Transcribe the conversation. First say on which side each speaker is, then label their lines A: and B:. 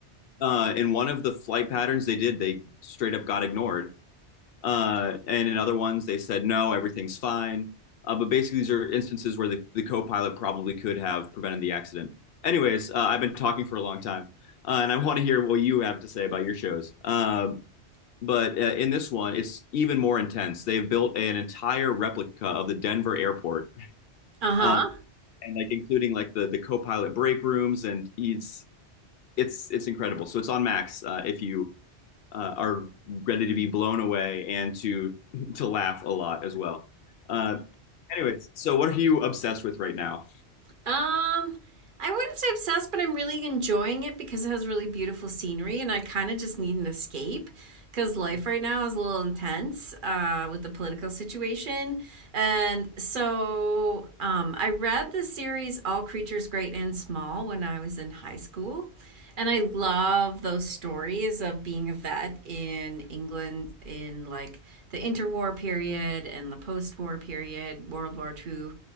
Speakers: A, on the left (about 65°); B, on the right (about 55°).
A: Uh, in one of the flight patterns they did, they straight up got ignored. Uh, and in other ones, they said, no, everything's fine. Uh, but basically, these are instances where the, the co pilot probably could have prevented the accident. Anyways, uh, I've been talking for a long time, uh, and I want to hear what you have to say about your shows. Uh, but uh, in this one, it's even more intense. They have built an entire replica of the Denver airport,
B: Uh huh.
A: uh, and like including like the the co-pilot break rooms, and it's it's it's incredible. So it's on Max uh, if you uh, are ready to be blown away and to <laughs> to laugh a lot as well. Uh, anyways, so what are you obsessed with right now?
B: Um, I wouldn't say obsessed, but I'm really enjoying it because it has really beautiful scenery, and I kind of just need an escape because life right now is a little intense uh, with the political situation. And so um, I read the series All Creatures Great and Small when I was in high school. And I love those stories of being a vet in England in like the interwar period and the post war period, World War Two